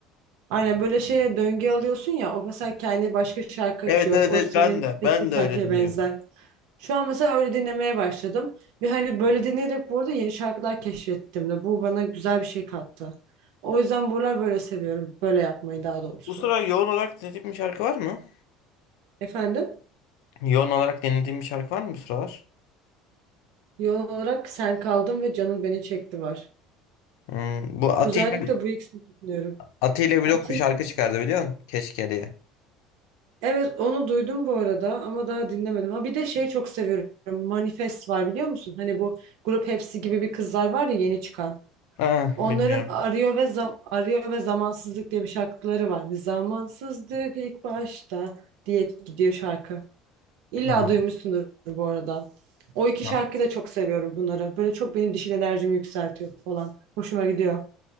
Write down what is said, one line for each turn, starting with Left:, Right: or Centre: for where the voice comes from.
Right: Aynen böyle şeye döngü alıyorsun ya. O mesela kendi başka şarkı
Left: Evet
Right: açıyor.
Left: evet
Right: O
Left: evet
Right: senin
Left: ben de. Ben
Right: seçtiğin
Left: de
Right: şarkıya
Left: öyle dinliyorum.
Right: benzer. Şu an mesela öyle dinlemeye başladım. Ve hani böyle dinleyerek bu arada yeni şarkılar keşfettim de. Bu bana güzel bir şey kattı. O yüzden buralar böyle seviyorum. Böyle yapmayı daha doğrusu.
Left: Bu sıralar yoğun olarak dinlediğim bir şarkı var mı?
Right: Efendim?
Left: Yoğun olarak dinlediğim bir şarkı var mı bu sıralar?
Right: Yoğun olarak sen kaldın ve canın beni çekti var.
Left: Hmm, bu Atilla
Right: Özellikle bu ikisini dinliyorum.
Left: Atilla Blok
Right: Ati'nin
Left: bir şarkı çıkardı biliyor musun? Keşke diye.
Right: evet onu duydum bu arada ama daha dinlemedim. Ha bir de şey çok seviyorum. Manifest var biliyor musun? Hani bu Grup Hepsi gibi bir kızlar var ya yeni çıkan.
Left: Ha,
Right: Onların
Left: bilmiyorum.
Right: Arıyor ve Zam- Arıyor ve Zamansızlık diye bir şarkıları var. Hani Zamansızlık ilk başta diye gidiyor şarkı. İlla
Left: Bilmiyorum.
Right: duymuşsundur bu arada. O iki
Left: Ya
Right: şarkıyı da çok seviyorum bunları. Böyle çok benim dişil enerjimi yükseltiyor falan. Hoşuma gidiyor.